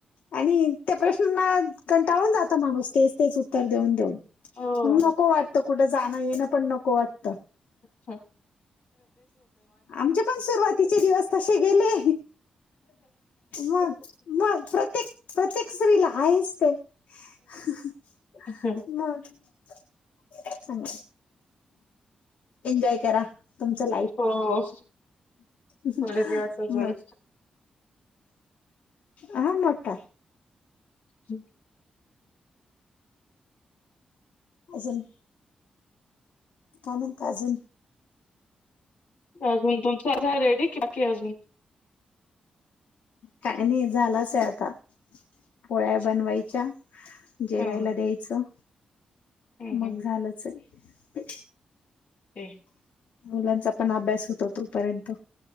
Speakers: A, on the left; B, on the left.
A: आणि त्या प्रश्नाला कंटाळून जातो माणूस तेच तेच उत्तर देऊन देऊन.
B: हो.
A: मग नको वाटत कुठे जाणं येणं पण नको वाटतं.
B: अच्छा.
A: आमच्या पण सुरुवातीचे दिवस तसे गेले. मग प्रत्येक प्रत्येक स्त्रीला आहेच ते ह हा
B: हम्म
A: हम, एन्जोय करा तुमच लाईफ
B: हो.
A: हाह
B: थोडे दिवस
A: हम
B: अजून.
A: बर. हा मोठा
B: <inaudible>
A: अजून काय म्हणता अजून?
B: अजून झाला <unintelligible> रेडी बाकी अजून
A: काय नाही झालाच आहे आता. पोळ्या
B: अच्छा
A: बनवायच्या जेवायला
B: हां, हां.
A: द्यायचं.
B: हं,
A: मग
B: हं.
A: झालंच आहे.
B: ओके.
A: मुलांचा पण अभ्यास होतो तोपर्यंत.